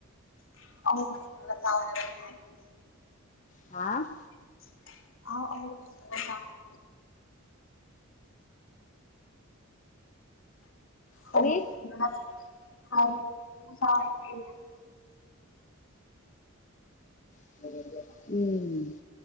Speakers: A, on the left; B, on the left.
A: <unintelligible>
B: ꯍꯥ
A: <unintelligible> <unintelligible>
B: ꯀꯔꯤ <unintelligible> ꯎꯝ